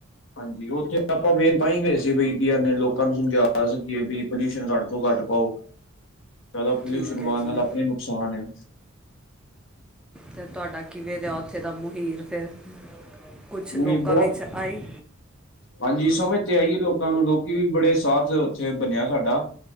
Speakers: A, on the left; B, in the centre.
A: ਹਾਂਜੀ ਉੱਥੇ ਆਪਾਂ ਮੇਨ ਤਾਂ ਹੀ ਗਏ ਸੀ ਵੀ ਕੀ ਇਹਨੇ ਲੋਕਾਂ ਨੂੰ ਸਮਝਾ ਸਕੀਏ ਵੀ ਪੋਲਿਊਸ਼ਨ ਘੱਟ ਤੋਂ ਘੱਟ ਪਾਓ ਜ਼ਿਆਦਾ ਪੋਲਿਊਸ਼ਨ
B: ਠੀਕ ਹੈ
A: ਪਾਨ
B: ਜੀ
A: ਨਾਲ ਆਪਣਾ ਹੀ ਨੁਕਸਾਨ ਹੈ
B: ਤੇ ਤੁਹਾਡਾ ਕਿਵੇਂ ਰਿਹਾ ਉੱਥੇ ਦਾ ਮੁਹੀਰ ਫੇਰ ਕੁਛ
A: ਨਹੀਂ
B: ਲੋਕਾਂ
A: ਬੜਾ
B: ਵਿੱਚ ਆਈ
A: ਹਾਂਜੀ ਸਮਝ ਤੇ ਆਈ ਲੋਕਾਂ ਨੂੰ ਲੋਕੀ ਵੀ ਬੜੇ ਸਾਥ ਉੱਥੇ ਬਣਿਆ ਸਾਡਾ